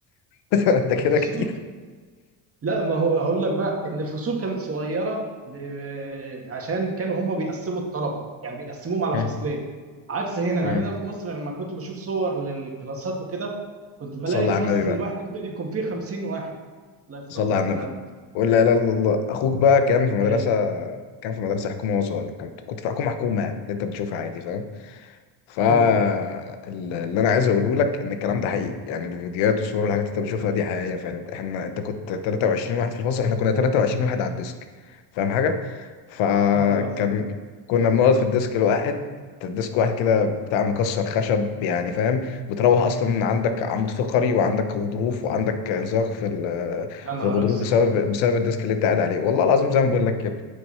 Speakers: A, on the left; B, on the right.
A: <laughs> ده كده
B: الفصول
A: كتير
B: لا ما هو هقول لك بقى ان الفصول كانت صغيره ب... ب- عشان كانوا هم بيقسموا الطلبه يعني بيقسموهم على
A: مم.
B: فصلين عكس هنا
A: مم.
B: هنا في مصر لما كنت بشوف صور للكلاسات وكده كنت بلاقي
A: صلى
B: الفصل
A: على النبي بقى
B: الواحد يمكن يكون فيه 50 واحد لا الصلاه
A: صلى
B: والسلام
A: على النبي قول لا اله الا الله اخوك بقى كان في مدرسه
B: حلو
A: كان في مدرسه حكومه وهو صغير كنت كنت في حكومه حكومه يعني اللي انت بتشوفها عادي فاهم فاللي
B: حلو.
A: انا عايز اقوله لك ان الكلام ده حقيقي يعني الفيديوهات والصور والحاجات اللي انت بتشوفها دي حقيقيه فعلا احنا انت كنت 23 واحد في الفصل احنا كنا 23 واحد على الديسك فاهم حاجه فكان
B: يا نهار ازرق
A: كنا بنقعد في الديسك الواحد الديسك واحد كده بتاع مكسر خشب يعني فاهم بتروح اصلا عندك عمود فقري وعندك غضروف وعندك انزلاق في ال-
B: يا نهار
A: في الغضروف
B: ازرق
A: بسبب بسبب الديسك اللي انت قاعد عليه والله العظيم زي ما بقول لك كده